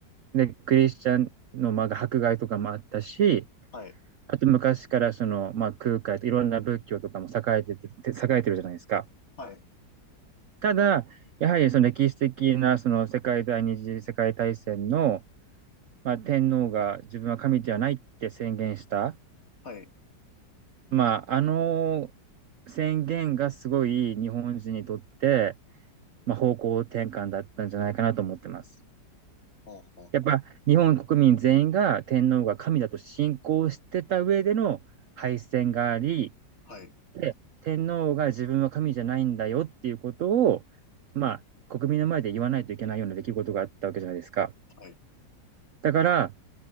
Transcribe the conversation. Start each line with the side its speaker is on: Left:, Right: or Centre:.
Right: で、クリスチャンの、まあ、迫害とかもあったし、
Left: はい。
Right: あと昔からその、まあ、空海といろんな仏教とかも栄えてて、<laughs> 栄えてるじゃないですか。
Left: はい。
Right: ただ、やはりその歴史的なその世界第二次世界大戦の、まあ、天皇が自分は神ではないって宣言した、
Left: はい。
Right: まあ、あの宣言がすごい日本人にとってまあ、方向転換だったんじゃないかなと思ってます。
Left: あ
Right: やっぱ日本国民全員が天皇が神だと信仰してた上での敗戦があり、
Left: あ、はい。はい。
Right: で、天皇が自分は神じゃないんだよっていうことを、まあ、国民の前で言わないといけないような出来事があったわけじゃないですか。
Left: はい。
Right: だから、